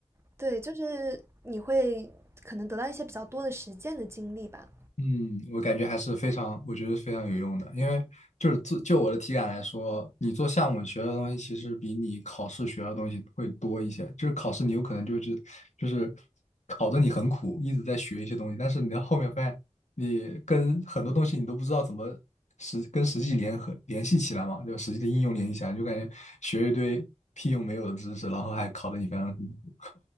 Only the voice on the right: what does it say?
对，就是你会可能得到一些比较多的实践的经历吧。